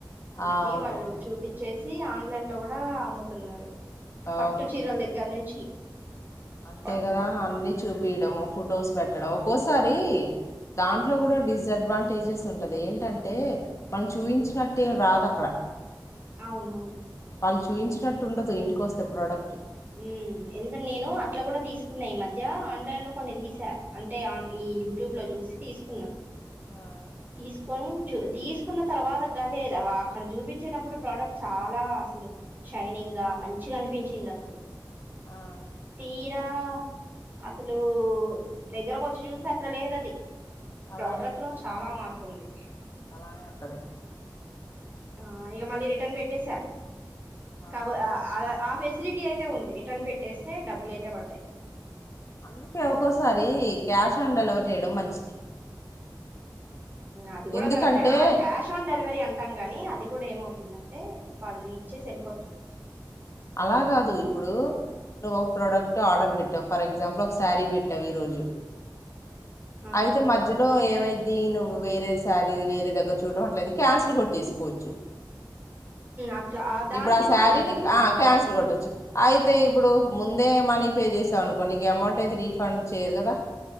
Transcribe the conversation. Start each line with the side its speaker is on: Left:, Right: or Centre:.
Right: మన
Left: ఆ అవును
Right: వాళ్ళు చూపి చేసి ఆన్లైన్ లో కూడా అమ్ముతున్నారు పట్టు
Left: అవును
Right: చీరల దగ్గర నుంచి
Left: అంతే
Right: అసలు
Left: కదా అన్ని చూపియడము ఫొటోస్ పెట్టడం ఒక్కోసారి దాంట్లో కూడా డిసడ్వాంటేజెస్ ఉంటది ఏంటంటే మనం చూపించినట్టటు ఏం రాదఅక్కడ
Right: అవునవును
Left: వాళ్ళు చూయించినట్టు ఉండదు ఇంటికి వస్తే ప్రోడక్ట్
Right: ఉమ్ ఎందుకంటే నేను అట్లా కూడా తీసుకున్నా ఈ మధ్య ఆన్లైన్ లో కొన్ని తీసా అంటే ఆన్ ఈ యూట్యూబ్ లో చూసి తీసుకున్నాం
Left: ఆ
Right: తీసుకొని చ తీసుకున్న తర్వాతగానీ లే అక్కడ చూపించేటప్పుడు ప్రోడక్ట్ చాలా అసలు షైనింగ్ ఇంగా మంచిగా అనిపించింది అసలు
Left: ఆ
Right: తీరా అసలు దగ్గరకు వచ్చి చూస్తే అట్లా లేదు అది ఈ ప్రోడక్ట్
Left: అలానే ఉంటది
Right: లో చాలా మార్పు ఉంది
Left: అలానే ఉంటది
Right: ఆ ఇగ మళ్ళీ రిటర్న్ పెట్టే సా
Left: ఆ
Right: కాబో ఆ ఆఫీస్ అయితే ఉంది రిటర్న్ పెట్టేస్తే డబ్బులు అయితే పడ్డాయ్
Left: అందుకే ఒక్కోసారి క్యాష్ ఆన్ డెలివరీ చేయడం మంచిది
Right: అది కూడా
Left: ఎందుకంటే
Right: కరెక్ట్ ఏ ఆహా క్యాష్ ఆన్ డెలివరి అంటాం కానీ అది కూడా ఏమవుతుందంటే వాళ్ళు ఇచ్చేసి వెళ్ళిపోతున్
Left: అలా కాదు ఇప్పుడు నువ్వు ఒక ప్రోడక్ట్ ఆర్డర్ పెట్టావు ఫర్ ఎగ్జాంపుల్ ఒక శారీ పెట్టావు ఈరోజు
Right: ఆ
Left: అయితే మధ్యలో ఏమై దీను వేరే సారీ వేరే దగ్గర చూడటడం అట్ల క్యాన్సిల్ కొట్టేసుకోవచ్చు
Right: అట్లా దానికి
Left: ఇప్పుడు ఆ శారీని
Right: బానే ఉంటది
Left: ఆ
Right: నిజమే
Left: క్యాన్సిల్ కొట్టొచ్చు అయితే ఇప్పుడు ముందే మనీ పే చేసాం అనుకోండి నీకు అమౌంట్ అయితే రీఫండ్ చేయరు కదా